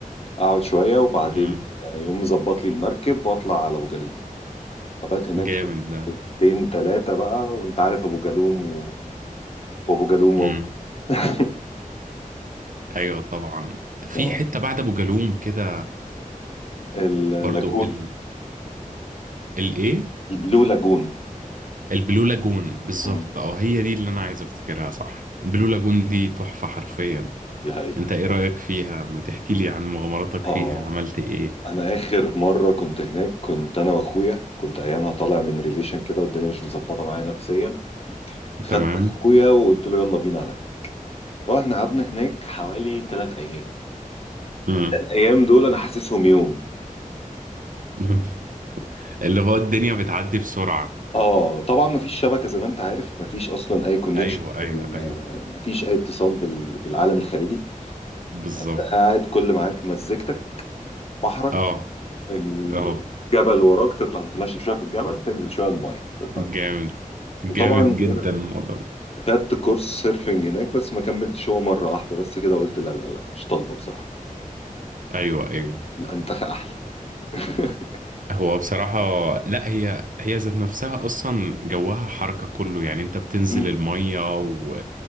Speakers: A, on the left; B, on the right.
A: اقعد شويه وبعدين
B: امم
A: يقوم مظبط لي المركب واطلع على ابو جالوم ابات هناك
B: جامد ده
A: يومين ثلاثه بقى وانت عارف ابو جالوم و... وابو جالوم وابو
B: امم
A: <laughs>
B: ايوه طبعا في
A: اه
B: حته بعد ابو جالوم كده
A: اللاجون
B: برضو ال الايه
A: البلو لاجون
B: البلو لاجون بالظبط
A: مم.
B: اه هي دي اللي انا عايز افتكرها صح البلو لاجون دي تحفه حرفيا
A: دي حقيقة
B: انت ايه رايك فيها ما تحكي لي عن مغامراتك
A: اه
B: فيها عملت ايه
A: انا اخر مرة كنت هناك كنت انا واخويا كنت ايامها طالع من ريليشن كده والدنيا مش مظبطة معايا نفسيا خدت
B: تمام
A: اخويا وقلت له يلا بينا على هناك فاحنا قعدنا هناك حوالي ثلاث ايام
B: امم
A: الايام دول انا حاسسهم يوم
B: <laughs> اللي هو الدنيا بتعدي بسرعه
A: اه طبعا مفيش شبكه زي ما انت عارف مفيش اصلا اي كونكشن
B: ايوه ايوه ايوه
A: مفيش اي اتصال بال- بالعالم الخارجي
B: بالظبط
A: أنت قاعد كل معاك مزيكتك بحرك
B: اه
A: الجبل
B: اه
A: وراك تطلع تتمشى شويه في الجبل تنزل شويه المايه تطلع
B: جامد جامد
A: وطبعا
B: جدا
A: غير-
B: الموضوع ده
A: خدت كورس سيرفنج هناك بس ما كملتش هو مره واحده بس كده قلت لا لا لا مش طالبه بصراحه
B: ايوه ايوه
A: الانتخه احلى <laughs>
B: هو بصراحة لا هي هي ذات نفسها اصلا جواها حركة كله يعني انت بتنزل
A: امم
B: المية و...